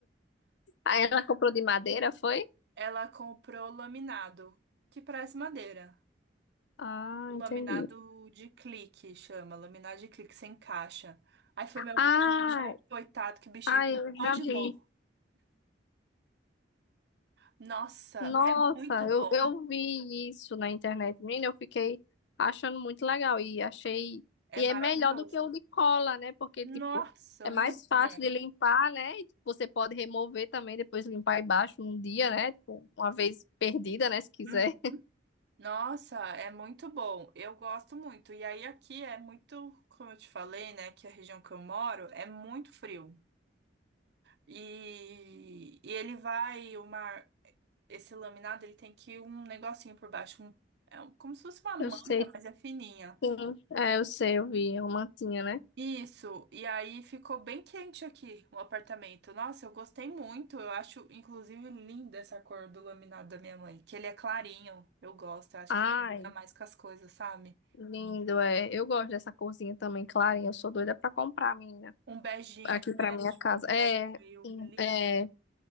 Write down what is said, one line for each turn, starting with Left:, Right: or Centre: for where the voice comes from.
Left: Aí ela comprou de madeira, foi?
Right: ela comprou laminado, que parece madeira.
Left: Ah,
Right: O
Left: entendi.
Right: laminado de clique chama, laminado de clique sem caixa. Aí foi meu
Left: Ah,
Right: pai, coitado, que bichinho
Left: ah,
Right: que
Left: eu
Right: botou
Left: já
Right: de
Left: vi.
Right: novo. Nossa,
Left: Nossa,
Right: é muito
Left: eu,
Right: bom.
Left: eu vi isso na internet, menina, eu fiquei achando muito legal e achei,
Right: É
Left: e
Right: maravilhoso.
Left: é melhor do que o de cola, né? Porque,
Right: Nossa,
Left: tipo, é
Right: muito
Left: mais fácil
Right: melhor.
Left: de limpar, né? E Você pode remover também, depois limpar embaixo um dia, né? Tipo, uma vez perdida, né? Se quiser.
Right: Uhum. Nossa, é muito bom. Eu gosto muito. E aí aqui é muito, como eu te falei, né, que a região que eu moro é muito frio. E, e ele vai, o mar, esse laminado, ele tem que ir um negocinho por baixo, um, é um- como se fosse uma manta,
Left: Eu sei,
Right: mas é fininha.
Left: sim. É, eu sei, eu vi, é uma mantinha, né?
Right: Isso. E aí ficou bem quente aqui o apartamento. Nossa, eu gostei muito. Eu acho, inclusive, linda essa cor do laminado da minha mãe, que ele é clarinho. Eu gosto. Eu acho
Left: Ai,
Right: que combina mais com as coisas, sabe?
Left: lindo, é. Eu gosto dessa corzinha também, clarinha, eu sou doida pra comprar, menina,
Right: Um beijinho.
Left: aqui pra minha casa.
Right: de
Left: É,
Right: Bad Bill,
Left: um-
Right: lindo.
Left: é.